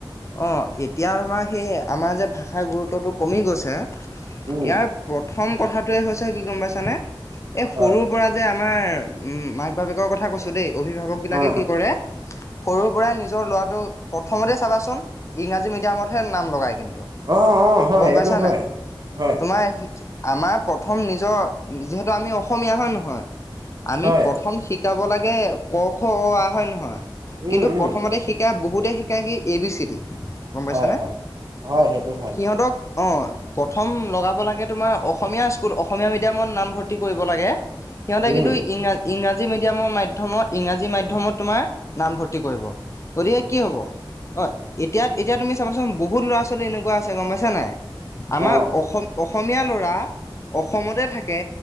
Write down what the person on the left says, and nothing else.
অ' এতিয়া আমাৰ সেই আমাৰ যে ভাষাৰ গুৰুত্বটো কমি গৈছে ইয়াৰ
প্ৰথম কথাটোৱে হৈছে কি গ'ম পাইছানে, এই
সৰুৰ পৰা যে আমাৰ উ মাক বাপেকৰ কথা কৈছো দেই অভিভাৱক বিলাকে
কি কৰে সৰু পৰাই নিজৰ লৰাটোক প্ৰথমতে চাবাচোন ইংৰাজী মিডিয়ামতহে নাম লগাই কিন্তু।
গ'ম
পাইছা
নাই।
তোমাৰ আমাৰ প্ৰথম নিজৰ যিহেতু আমি অসমীয়া হয়নে নহয়? আমি
প্ৰথম শিক্ষা শিকাব লাগে ক, খ, অ, আ, হয় নহয়। কিন্তু
প্ৰথমতে শিকাই বহুত কাই কি এ, বি, চি, দি, গম পাইছানে।
সিহঁতক অ', প্ৰথম লগাব লাগে তোমাৰ অসমীয়া স্কুল অসমীয়া মিডিয়ামত নামভৰ্তি কৰিব লাগে। সিহঁতে
কিন্তু ইংৰাজ ইংৰাজী মিডিয়ামৰ মাধ্যমত ইংৰাজী মাধ্যমত তোমাৰ নামভৰ্তি কৰিব। গতিকে কি হ'ব? হয়, এতিয়াত এতিয়া তুমি চাবাচোন বহুত ল'ৰা ছোৱালী এনেকুৱা আছে গম পাইছা নাই। আমাৰ
অসম অসমীয়া ল'ৰা অসমতে থাকে।